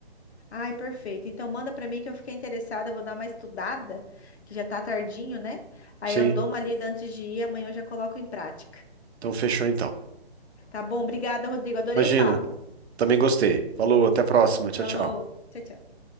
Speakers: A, on the left; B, on the right.
A: Ai, perfeito. Então manda pra mim que eu fiquei interessada, eu vou dar uma estudada, que já tá tardinho, né? Aí
B: Sim,
A: eu dou uma lida antes de ir, amanhã eu já coloco em prática.
B: então fechou então.
A: Tá bom? Obrigada, Rodrigo. Adorei
B: Imagina,
A: o papo.
B: também gostei. Falou, até a próxima. Tchau,
A: Falou.
B: tchau.
A: Tchau, tchau.